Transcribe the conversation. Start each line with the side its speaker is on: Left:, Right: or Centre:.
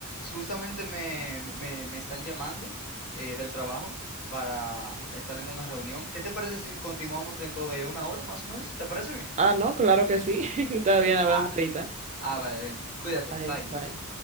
Left: justamente me, me, me están llamando eh, del trabajo para estar en una reunión. ¿Qué te parece si continuamos dentro de una hora más o menos? ¿Te parece bien?
Right: Ah, no, claro que sí. <laughs> Está bien, hablamos
Left: Ah,
Right: ahorita.
Left: Ah, vale, bien. Cuídate,
Right: Bye,
Left: bye.
Right: bye.